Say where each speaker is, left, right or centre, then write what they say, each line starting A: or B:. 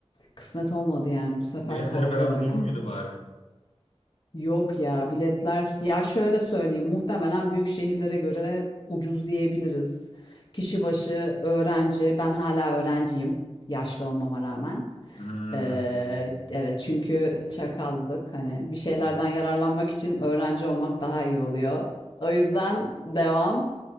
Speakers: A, on the left (about 45°); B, on the left (about 80°).
A: Kısmet olmadı yani. Bu sefer
B: Biletler
A: kaldı
B: falan ucuz
A: öyle.
B: muydu bari?
A: Yok ya biletler. Ya şöyle söyleyeyim. Muhtemelen büyük şehirlere göre ucuz diyebiliriz. Kişi başı öğrenci. Ben hala öğrenciyim. Yaşlı olmama rağmen.
B: Hmm.
A: Ee, evet çünkü çakallık hani bir şeylerden
B: Evet.
A: yararlanmak için öğrenci olmak daha iyi oluyor. O yüzden devam.